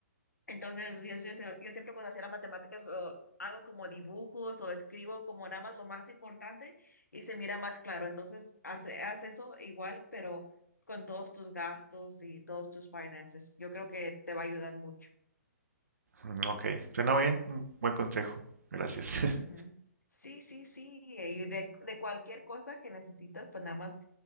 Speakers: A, on the left; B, on the right.
A: Entonces, yo, yo, yo siempre cuando hacía las matemáticas lo hago como dibujos o escribo como nada más lo más importante y se mira más claro. Entonces, hace, haz eso igual, pero con todos tus gastos y todos tus finances. Yo creo que te va a ayudar mucho.
B: Mm, Ok, suena bien, un buen consejo, gracias. <laughs>
A: Ujú. Sí, sí, sí. Y de, de cualquier cosa que necesitas, pues nada más